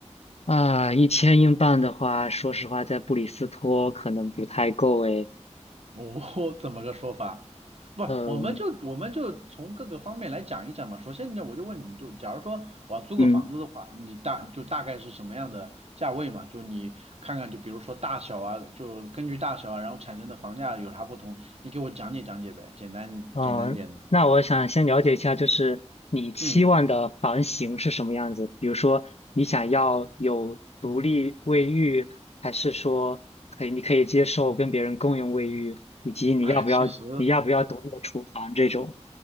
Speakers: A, on the left; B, on the right.
A: 啊，一千英镑的话，说实话，在布里斯托可能不太够诶。
B: <laughs> 我怎么个说法？不，
A: 嗯
B: 我们就我们就从各个方面来讲一讲嘛。首先呢，我就问你就，假如说我要租个房子的话，
A: 嗯，
B: 你大就大概是什么样的价位嘛？就你看看，就比如说大小啊，就根据大小啊，然后产生的房价有啥不同，你给我讲解讲解呗，简单简单点的。
A: 嗯，那我想先了解一下，就是你期望的房型是什么样子？
B: 嗯，
A: 比如说，你想要有独立卫浴，还是说可以你可以接受跟别人共用卫浴，以及你要不要你要不要独立的厨房这种？
B: 哎，其实。